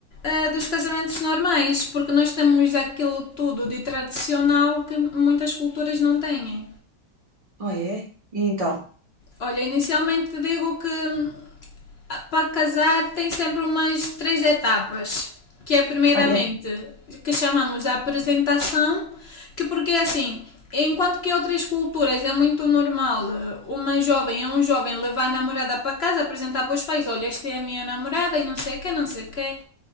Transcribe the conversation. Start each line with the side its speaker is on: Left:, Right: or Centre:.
Left: eh, dos casamentos normais, porque nós temos aquilo tudo de tradicional que muitas culturas não têm.
Right: Ah, é? E então?
Left: Olha, inicialmente digo que hum, para casar tem sempre umas três etapas, que é primeiramente
Right: Ah, é?
Left: que chamamos a apresentação, que porque é assim, enquanto que em outras culturas é muito normal eh, uma jovem ou um jovem levar a namorada para casa, apresentar para os pais, olha, esta é a minha namorada e não sei o que, não sei o que.